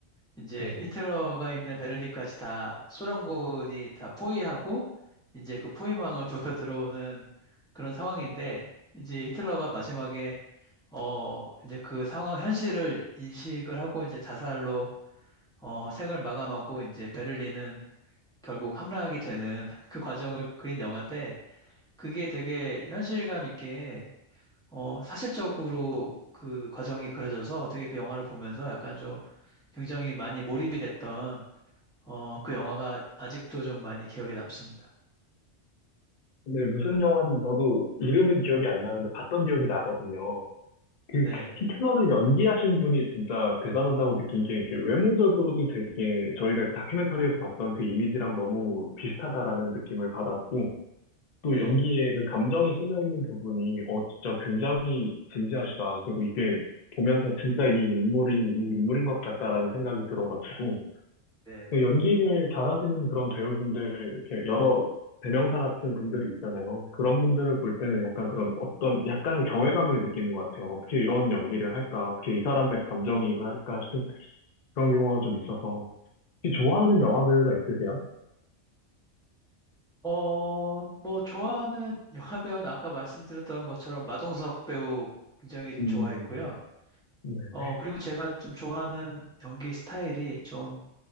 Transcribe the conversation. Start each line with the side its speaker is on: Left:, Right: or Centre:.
Centre: 이제
Left: 네네.
Centre: 히틀러가 있는 베를린까지 다 소련군이 다 포위하고 이제 그 포위망을 좁혀 들어오는 그런 상황인데 이제 히틀러가 마지막에 어, 이제 그 상황, 현실을 인식을 하고 이제 자살로, 어, 생을 마감하고 이제 베를린은 결국 함락이 되는 <laughs> 그 과정을 그린 영화인데, 그게 되게 현실감 있게, 어, 사실적으로 그 과정이 그려져서 되게 그 영화를 보면서 약간 좀 굉장히 많이 몰입이 됐던, 어, 그 영화가 아직도 좀 많이 기억에 남습니다.
Left: 근데 무슨 영화인지 저도 이름은 기억이 안 나는데 봤던 기억이 나거든요. 그
Centre: 네, 네,
Left: 히틀러를 연기하신 분이 진짜 대단하다고 느낀 게 이게 외모적으로도 되게 저희가 그 다큐멘터리에서 봤던 그 이미지랑 너무 비슷하다라는 느낌을 받았고,
Centre: 네,
Left: 또 연기에 그 감정이 실려 있는 부분이 어 진짜 굉장히 진지하시다. 그리고 이게 보면서 진짜 이 인물이 이 인물인 것 같다라는 생각이 들어가지고
Centre: 네, 네.
Left: 그 연기를 잘하시는 그런 배우분들 이렇게 여러 대명사 같은 분들이 있잖아요. 그런 분들을 볼 때는 약간 그런 어떤 약간의 경외감을 느끼는 것 같아요. 어떻게 이런 연기를 할까? 어떻게 이 사람의 감정이입을 할까 싶은 그런 경우가 좀 있어서 혹시 좋아하는 영화 배우가 있으세요?
Centre: 어, 뭐, 좋아하는 <laughs> 영화 배우는 아까 말씀드렸던 것처럼 마동석 배우 굉장히
Left: 음,
Centre: 좋아했고요.
Left: 네네.
Centre: 어, 그리고 제가 좀 좋아하는 연기 스타일이 좀,